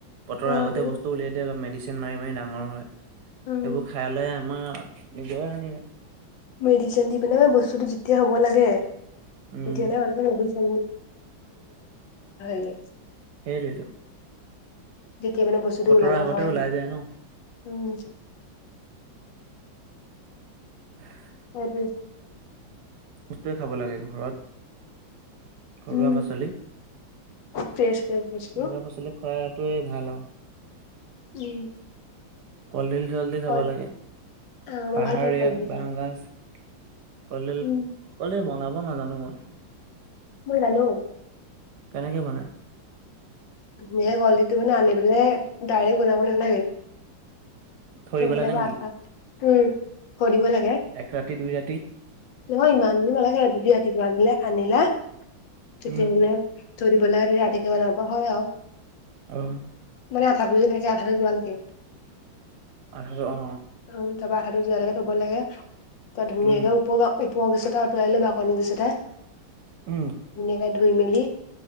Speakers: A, on the right (about 65°); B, on the left (about 70°).
A: বতৰৰ
B: অ',
A: আগতে
B: ঠিক
A: বস্তু উলিয়াই দিয়ে বা মেডিচিন মাৰি মাৰি ডাঙৰ হয়
B: উম,
A: সেইবোৰ খাই লৈ আমাৰ নিজৰে হানি হয়।
B: মেডিচন দি পিনে ম বস্তুতটো যেতিয়া হ'ব লাগে
A: উম
B: তেতিয়ালে মানুহে নুবুজে <unintelligible>
A: হে টোৱে টো।
B: যেতিয়া মানে বস্তুটো
A: বতৰৰ
B: ওলাব
A: আগতে
B: হয়
A: ওলাই
B: আৰু,
A: যায় ন
B: উম।
A: <unintelligible>
B: হে টোৱে।
A: বস্তৱে খাব লাগে ঘৰত ঘৰুৱা
B: উম,
A: পাচলি
B: ফ্ৰেছ ফ্ৰেছ বস্তু
A: ঘৰুৱা পাচলি খোৱাটোৱে ভাল আৰু।
B: উম।
A: কলডিল চলদিল খাৱ
B: কল
A: লাগে
B: অ', মই
A: পাহাৰীয়া
B: ভাল পাওঁ কলডিল
A: বাঁহ
B: খাই
A: গাজ কলডিল
B: উম,
A: কলডিল বনাব নাজানো মই।
B: মই জানো।
A: কেনেকৈ বনায়।
B: ধুনীয় কলডিলটো মানে আনি পেলাই ডাইৰেক্ট বনাব নালাগে।
A: থৈ
B: সক
A: দিব
B: আ
A: লাগে
B: উম
A: নেকি
B: ভ থৈ দিব লাগে।
A: এক ৰাতি দুই ৰাতি
B: নহয় ইমান দিন নালাগে ৰাধি ৰাতিপুৱা আনিলে আনিলা তেতিয়াহলে
A: উম
B: থৈ দি পেলে ৰাতিকে বনাব পৰা হয় আৰু।
A: অ'।
B: মানে আ দু যে নাইছে আটো যোৱা নেকি
A: অধাটো অ।
B: অ ত বঠটো য লে তটোব লাগে ত ধে
A: উম
B: উপপা। ওপৰ গচটা উটাইল বাকনি গছচটা।
A: উম।
B: ধুনীয়াকে ধুই মেলি।